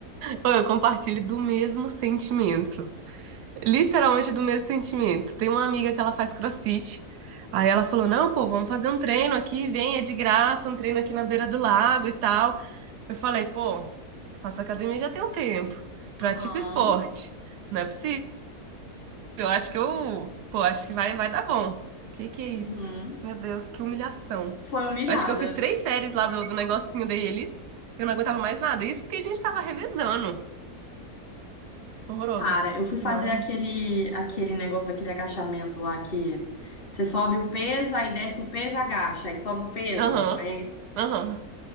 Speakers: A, on the right (about 85°); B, on the left (about 40°).
A: Pô, Eu compartilho do mesmo sentimento. Literalmente do mesmo sentimento. Tem uma amiga que ela faz CrossFit. Aí ela falou: Não, pô, vamos fazer um treino aqui, vem, é de graça, um treino aqui na beira do lago e tal. Eu falei: Pô, faço academia já tem um tempo, pratico
B: Aham,
A: esporte. Não é possível. Eu acho que eu, pô, acho que vai, vai dar bom. Que que é isso?
B: uhum.
A: Meu Deus, que humilhação.
B: Foi humilhada.
A: Eu acho que eu fiz três séries lá do, do negocinho deles. Eu não aguentava mais nada. Isso porque a gente tava revezando. Horroroso.
B: Cara, eu fui fazer
A: Não,
B: aquele, aquele negócio daquele agachamento lá que você sobe o peso, aí desce o peso, agacha, aí sobe o peso.
A: Aham,
B: Aí,
A: aham.